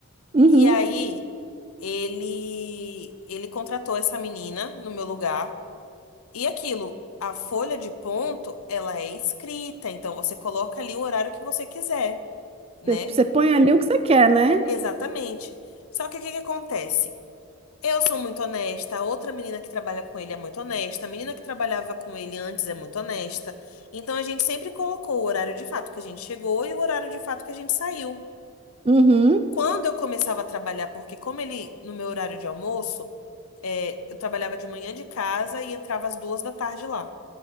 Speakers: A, on the right; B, on the left.
A: uhum.
B: E aí, Ele, ele contratou essa menina no meu lugar. E aquilo, a folha de ponto, ela é escrita, então você coloca ali o horário que você quiser, né?
A: Você você põe ali o que você quer, né?
B: Exatamente. Só que o que que acontece? Eu sou muito honesta, a outra menina que trabalha com ele é muito honesta, a menina que trabalhava com ele antes é muito honesta. Então a gente sempre colocou o horário de fato que a gente chegou e o horário de fato que a gente saiu.
A: Uhum,
B: Quando eu começava a trabalhar, porque como ele, no meu horário de almoço, é, eu trabalhava de manhã de casa e entrava às duas da tarde lá.